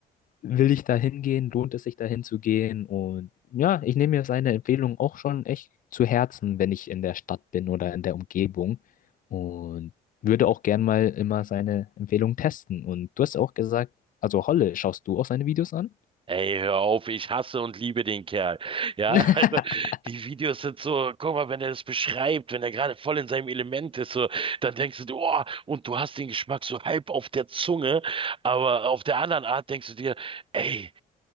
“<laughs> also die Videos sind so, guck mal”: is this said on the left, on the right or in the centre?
Right